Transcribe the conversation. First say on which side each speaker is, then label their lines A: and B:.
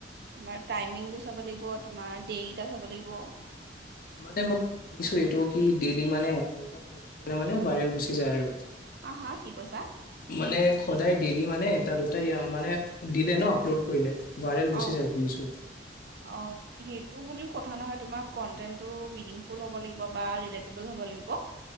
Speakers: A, on the right; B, on the left.
A: তোমাৰ টাইমিংটো চাব লাগিব তোমাৰ ডেকেইটা চাব লাগিব।
B: মানে মই শুনিছো এইটো কি ডেইলি মানে এটা দুটা পষ্ঠ কৰিলে মানে ভাইৰেল গুচি যায় আৰু
A: হা হা কি কৈছা?
B: মানে খোদায় ডেইেলি মানে এটা দুটাই মানে দিলে ন আপলোড কৰিলে ভাইৰেল
A: অ',
B: গুচি যায় শুনিছোঁ।
A: অ সেইটো বুলিও কথা নহয় তু কন্টেন্টো মিনিং ফুল হ'ব লাগিব বা ৰেটুবোল হ'ব লাগিব